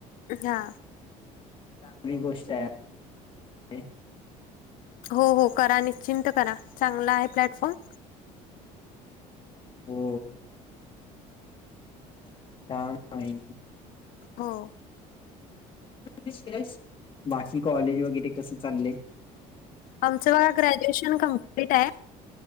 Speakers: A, on the left; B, on the left.
A: हा.
B: चांगली गोष्ट आहे आपण कितीच करय
A: हो हो करा निश्चिंत करा, चांगला आहे प्लॅटफॉर्म.
B: हो. छान आहे.
A: हो.
B: <unintelligible> बाकी कॉलेज वगैरे कसं चाललं?
A: आमचं बघा ग्रॅज्युएशन कंप्लीट हाय